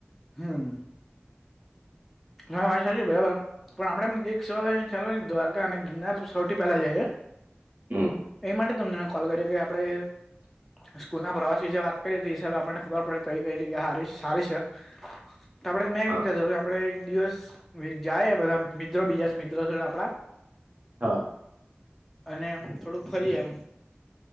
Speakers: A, in the centre; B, on the right.
A: હમ. હા વાત સાચી બરાબર પણ આપડે એમ એક સવારે ચાલો દ્વારકા અને ગિરનાર સૌથી પહેલા જાએ
B: હમ
A: એ માટે તમને મેં કોલ કર્યો કે આપણેે સ્કૂલના પ્રવાસ વિશે વાત કરી હતી તે હિસાબ આપણને ખબર પડે કઈ કઈ જગ્યા હારી સારી છે.
B: <inaudible>
A: ત આપડે મેં
B: હા
A: એમ કેતો કે આપડે દિવસ જાયે બધા મિત્રો બીજા જ મિત્રો આપડા
B: હા.
A: અને એમ થોડુંક ફરીએ એમ